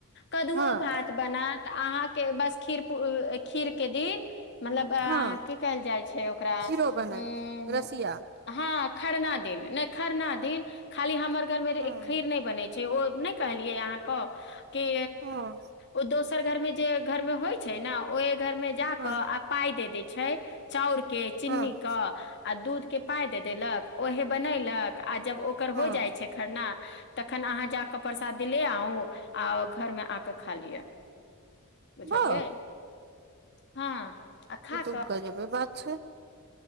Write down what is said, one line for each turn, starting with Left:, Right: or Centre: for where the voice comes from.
Left: कद्दओ
Right: हँ
Left: भात बनात तऽ अहाँके बस खीर पु आ खीरके दिन मतलब आ
Right: हँ
Left: की कहल जाइ छै ओकरा
Right: खीरो
Left: उ
Right: रसिया
Left: हँ खरना दिन नहि खरना दिन खाली हमर घर मे
Right: हँ
Left: खीर नहि बनै छै ओ नहि कहलि के अहाँ क के
Right: हँ
Left: ओ दोसर घरमे जे घर मे होइ छै न ओहि घर में जााक
Right: हँ
Left: आ पााय दे दे छै छै चाउर के चिन्नी
Right: हँ
Left: आ दूध के पा दे देलक ओहे बनय लक आ जब ओकर
Right: हँ
Left: हो जाइ छै करना तखन आहाँ। जा क प्रसाद द ले आउ आ घर मे आके खा लिया बुझलियै
Right: वाह
Left: हँ आ खा
Right: ई त
Left: कऽ
Right: कजेबै बात छ